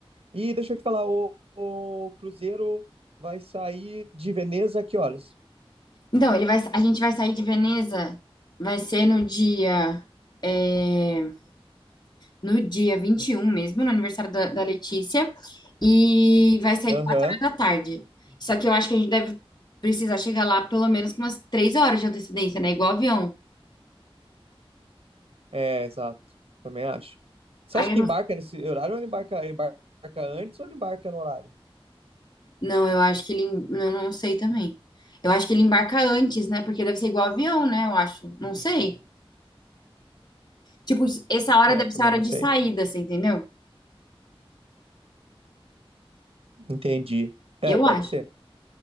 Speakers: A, on the right (about 80°); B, on the left (about 45°).
A: E deixa eu te falar, o, o cruzeiro vai sair de Veneza a que horas?
B: Então, ele vai, a gente vai sair de Veneza, vai ser no dia, é, no dia 21 mesmo, no aniversário da, da Letícia, e vai sair
A: Aham.
B: 4 horas da tarde. Só que eu acho que a gente deve precisar chegar lá pelo menos com umas 3 horas de antecedência, né? Igual avião.
A: É, exato. Também acho. Você
B: Aí
A: acha
B: eu
A: que
B: não,
A: embarca nesse horário ou ele embarca, ele embarca antes ou ele embarca no horário?
B: não, eu acho que ele, em- eu não sei também. Eu acho que ele embarca antes, né? Porque deve ser igual avião, né? Eu acho. Não sei. Tipo, essa hora
A: É,
B: deve
A: eu também
B: ser a hora
A: não
B: de
A: sei.
B: saída, você entendeu?
A: Entendi. É,
B: Eu
A: pode
B: acho.
A: ser.